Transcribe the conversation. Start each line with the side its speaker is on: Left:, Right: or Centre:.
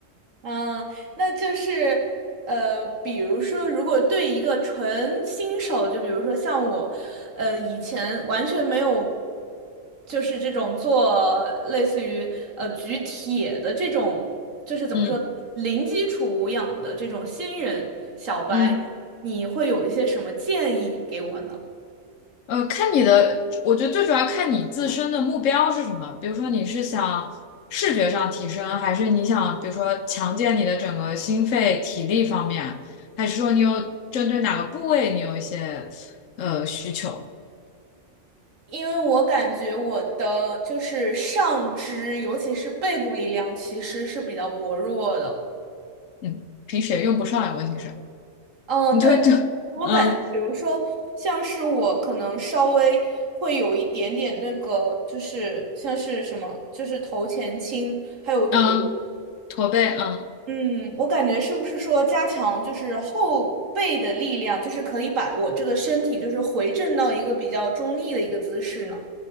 Right: 嗯，那就是呃，比如说，如果对一个纯新手，就比如说像我，呃，以前完全没有，就是这种做类似于呃举铁的这种，就是怎么说呢，
Left: 嗯
Right: 零基础无氧的这种新人小白，
Left: 嗯。
Right: 你会有一些什么建议给我呢？
Left: 呃，看你的，我觉得最主要看你自身的目标是什么。比如说，你是想视觉上提升，还是你想，比如说强健你的整个心肺体力方面，还是说你有针对哪个部位你有一些呃需求？
Right: 因为我感觉我的就是上肢，尤其是背部力量，其实是比较薄弱的。
Left: 嗯，平时也用不上呀，问题是
Right: 嗯，
Left: 你就就
Right: 对，我感觉，
Left: 嗯
Right: 比如说，像是我可能稍微会有一点点那个，就是像是什么，就是头前倾，还有驼。
Left: 嗯驼背嗯
Right: 嗯，我感觉是不是说加强就是后背的力量，就是可以把我这个身体就是回正到一个比较中立的一个姿势呢？